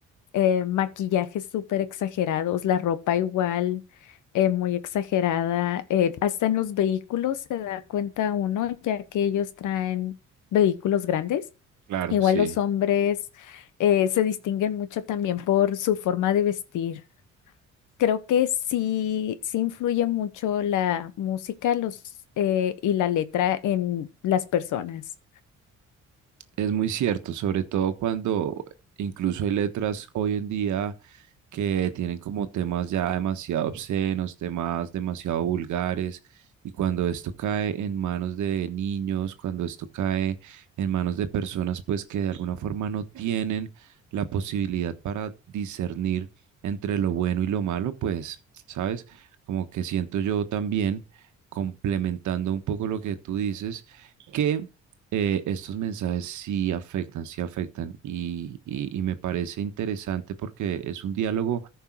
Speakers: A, on the left (about 80°); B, on the right (about 75°).
A: eh, maquillajes súper exagerados, la ropa igual, eh, muy exagerada. eh, hasta en los vehículos se da cuenta uno, ya que ellos traen vehículos grandes.
B: Claro,
A: Igual
B: sí.
A: los hombres eh, se distinguen mucho también por su forma de vestir. Creo que sí, sí influye mucho la música, los, eh, y la letra en las personas.
B: Es muy cierto, sobre todo cuando incluso hay letras hoy en día que tienen como temas ya demasiado obscenos, temas demasiado vulgares, y cuando esto cae en manos de niños, cuando esto cae en manos de personas pues que de alguna forma no tienen la posibilidad para discernir entre lo bueno y lo malo, pues, ¿sabes? Como que siento yo también, complementando un poco lo que tú dices, que eh, estos mensajes sí afectan, sí afectan y, y- y me parece interesante porque es un diálogo